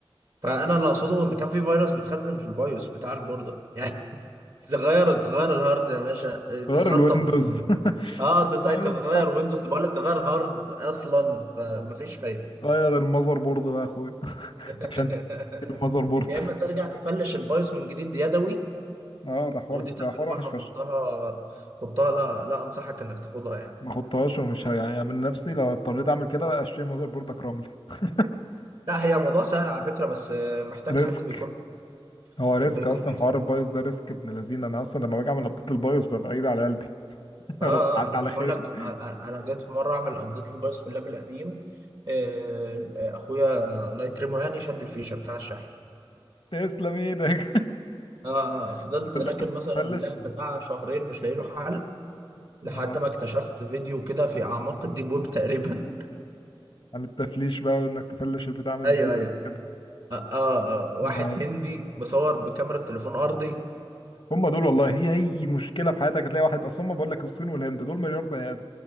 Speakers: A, on the right; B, on the left.
A: فانا اللي اقصده ان كان في فيروس بتخزن في البايوس بتاع البورده يعني <laughs> تغير تغير الهارد يا باشا آه، تسطب
B: غير الويندوز <laughs>
A: اه انت ساعة
B: أيوة،
A: تغير ويندوز بقول لك تغير هارد اصلا فمفيش فايده
B: غير المذر بورد بقى يا أخويا <laughs>
A: <laughs>
B: عشان تجيب المذر بورد
A: يا اما ترجع تفلش البايوس من جديد يدوي
B: اه ده حوار
A: ودي تجربه
B: ده حوار وحش
A: انا خضتها
B: فشخ
A: خضتها لا لا انصحك انك تاخدها يعني
B: ما احطهاش ومش ه- يعني من نفسي لو اضطريت اعمل كده اشتري ماذر بورد اكرملي <laughs>
A: لا هي موضوع سهل على فكره بس آه، محتاج
B: ريسك
A: حد بيكون
B: هو ريسك
A: بيكون
B: اصلا
A: بيفهم
B: حوار البايوس ده ريسك ابن لذينه انا اصلا لما باجي اعمل ابديت البايوس ببقى ايدي على قلبي <laughs> يا
A: اه
B: رب تعدي
A: اه انا مش
B: على
A: بقول
B: خير
A: لك انا أنا جيت مره اعمل ابديت للبايوس في اللاب القديم آه، آه، اخويا الله يكرمه يعني شد الفيشه بتاع الشحن
B: تسلم ايدك
A: اه
B: <laughs>
A: اه فضلت
B: ده اللي
A: راكن
B: خلاك
A: مثلا اللاب
B: تفلش
A: بتاع شهرين مش لاقي له حل لحد
B: اه
A: ما اكتشفت فيديو كده في اعماق الديب ويب تقريبا
B: عن التفليش بقى وانك تفلش البتاع
A: <laughs>
B: من
A: ايوه
B: زيرو
A: ايوه
B: كده
A: آه, آه, آه واحد
B: آه.
A: هندي مصور بكاميرا تليفون ارضي
B: هم دول والله هي اي مشكله في حياتك هتلاقي واحد اصلا ما بقول لك الصين والهند دول مليار بني ادم